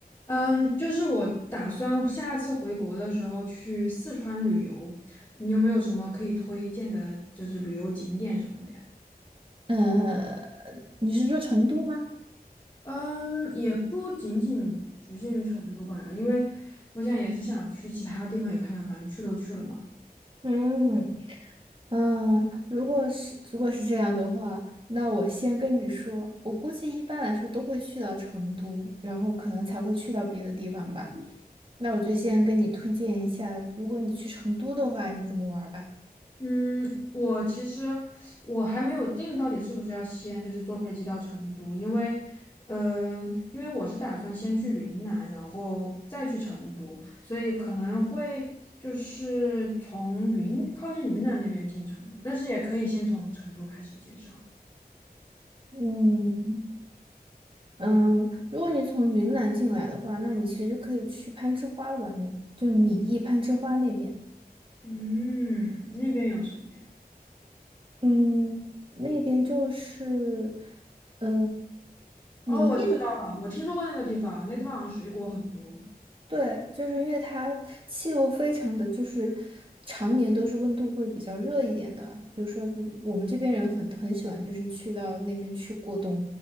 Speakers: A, on the left; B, on the right.
A: 嗯，就是我打算下次回国的时候去四川旅游，你有没有什么可以推荐的，就是旅游景点什么的呀？
B: 呃，你是说成都吗？
A: 嗯，也不仅仅局限于成都吧，因为我想也是想去其他地方也看看，反正去都去了嘛。
B: 嗯，嗯，如果是如果是这样的话，那我先跟你说，我估计一般来说都会去到成都，然后可能才会去到别的地方吧。那我就先跟你推荐一下，如果你去成都的话，你怎么玩儿吧？
A: 嗯，我其实我还没有定到底是不是要先就是坐飞机到成都，因为，嗯、因为我是打算先去云南，然后再去成都，所以可能会就是从云靠近云南那边进成都，但是也可以先从成都开始介绍。
B: 嗯嗯，如果你从云南进来的话，那你其实可以去攀枝花玩嘞，就米易攀枝花那边。
A: 嗯，那边有什么呀？
B: 嗯，那边就是，呃，米易的，
A: 哦，我知道了，我听说过那个地方，那个地方好像水果很多。
B: 对，就是因为它气候非常的就是常年都是温度会比较热一点的，比如说我们这边人很很喜欢就是去到那边去过冬，